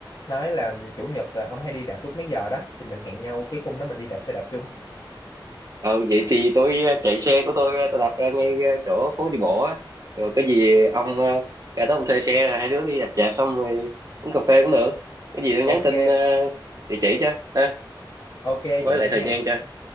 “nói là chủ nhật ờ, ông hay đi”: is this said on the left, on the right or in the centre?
Left